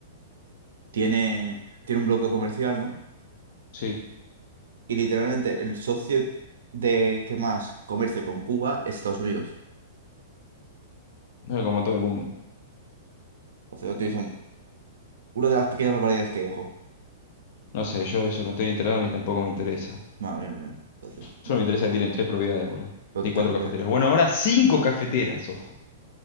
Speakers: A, on the right; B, on the left.
A: tiene, tiene un bloqueo comercial, ¿no?
B: Sí,
A: Y literalmente el socio de que más comercia con Cuba es Estados Unidos.
B: no, como todo el mundo.
A: Entonces, no tiene una de las pequeñas barbaridades que dijo.
B: No sé, yo eso no estoy enterado ni tampoco me interesa.
A: Bueno, bien, bien. Entonces,
B: Solo
A: bueno,
B: me interesa que tienen tres propiedades, boludo.
A: otra
B: Y cuatro
A: propiedad.
B: cafeteras. Bueno, ahora cinco cafeteras, ojo.